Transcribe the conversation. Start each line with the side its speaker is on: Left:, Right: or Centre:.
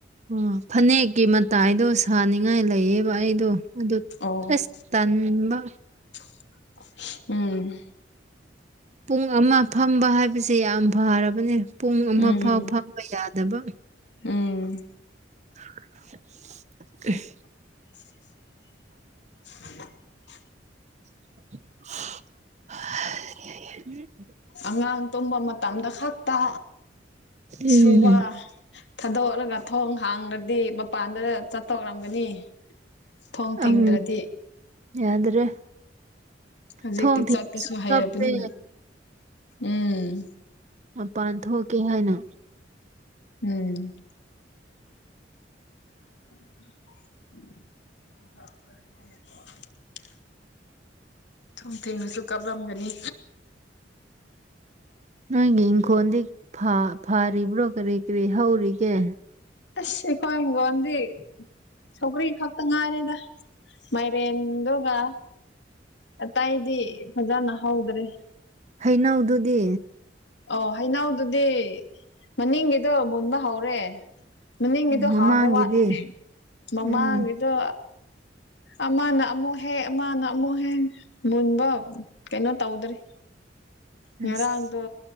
Right: ꯑꯣ ꯐꯅꯦꯛꯀꯤ ꯃꯇꯥꯏꯗꯣ ꯁꯥꯅꯤꯡꯉꯥꯏ ꯂꯩꯌꯦꯕ ꯑꯩꯗꯣ ꯑꯗꯨ
Left: ꯑꯣ
Right: ꯑꯁ ꯇꯟꯕ
Left: <unintelligible> ꯎꯝ
Right: ꯄꯨꯡ ꯑꯃ ꯐꯝꯕ ꯍꯥꯏꯕꯁꯦ ꯌꯥꯝ ꯐꯔꯕꯅꯦ ꯄꯨꯡ ꯑꯃ
Left: ꯎꯝ
Right: ꯐꯥꯎ ꯐꯝꯕ ꯌꯥꯗꯕ
Left: ꯎꯝ
Right: <unintelligible>
Left: <unintelligible>
Right: <unintelligible>
Left: ꯑꯉꯥꯡ ꯇꯨꯝꯕ ꯃꯇꯝꯗ ꯈꯛꯇ
Right: ꯎꯝ
Left: ꯁꯨꯕ ꯊꯥꯗꯣꯛꯂꯒ ꯊꯣꯡ ꯍꯥꯡꯂꯗꯤ ꯃꯄꯥꯟꯗꯒ ꯆꯠꯇꯧꯔꯝꯒꯅꯤ ꯊꯣꯡ ꯊꯤꯡꯗ꯭ꯔꯗꯤ
Right: ꯎꯝ ꯌꯥꯗ꯭ꯔꯦ
Left: ꯍꯨꯖꯤꯛꯇꯤ
Right: ꯊꯣꯡ ꯊꯤꯡꯉꯁꯨ
Left: ꯆꯠꯄꯁꯨ ꯍꯩꯔꯕꯅꯤꯅ
Right: ꯀꯞꯄꯦ
Left: ꯎꯝ
Right: ꯃꯄꯥꯟ ꯊꯣꯛꯀꯦ ꯍꯥꯏꯅ
Left: ꯎꯝ <unintelligible> ꯊꯣꯡ ꯊꯦꯡꯅꯁꯨ ꯀꯞꯂꯝꯒꯅꯤ
Right: ꯅꯣꯏꯒꯤ ꯏꯪꯈꯣꯜꯗꯤ ꯐꯥꯔꯤꯕ꯭ꯔꯣ ꯀꯔꯤ ꯀꯔꯤ ꯍꯧꯔꯤꯒꯦ
Left: ꯑꯁ ꯑꯩꯈꯣꯏ ꯍꯤꯡꯈꯣꯟꯗꯤ ꯁꯧꯒ꯭ꯔꯤ ꯈꯛꯇ ꯉꯥꯏꯔꯦꯗ ꯃꯥꯏꯔꯦꯟꯗꯨꯒ ꯑꯇꯩꯗꯤ ꯐꯖꯅ ꯍꯧꯗ꯭ꯔꯦ
Right: ꯍꯩꯅꯧꯗꯨꯗꯤ
Left: ꯑꯣ ꯍꯩꯅꯥꯎꯗꯨꯗꯤ ꯃꯅꯤꯡꯒꯤꯗꯣ ꯃꯨꯟꯕ ꯍꯧꯔꯦ ꯃꯅꯤꯡꯗꯣ
Right: ꯃꯃꯥꯡꯒꯤꯗꯤ
Left: ꯍꯥꯎꯕ ꯋꯥꯠꯂꯤꯅꯦ ꯃꯃꯥꯗꯣ
Right: ꯎꯝ
Left: ꯑꯃꯥ ꯅꯅꯥꯃꯣ ꯍꯦ ꯑꯃꯥ ꯅꯅꯥꯃꯣ ꯍꯦ ꯃꯟꯕꯣ ꯀꯩꯅꯣ ꯇꯧꯗ꯭ꯔꯔꯤ
Right: ꯑꯁ
Left: ꯉꯔꯥꯡꯗꯣ